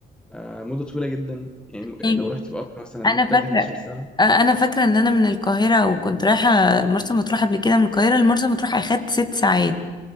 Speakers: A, in the centre; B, on the left (about 20°).
A: آه مده طويله جدا يعني م- يعني
B: طيب،
A: لو رحتي بقطر مثلا
B: أنا
A: ممكن
B: فاكرة
A: تقعدي 11 ساعه
B: آه، أنا فاكرة إن أنا من القاهرة وكنت رايحة مرسى مطروح قبل كده من القاهرة لمرسى مطروح أخدت ست ساعات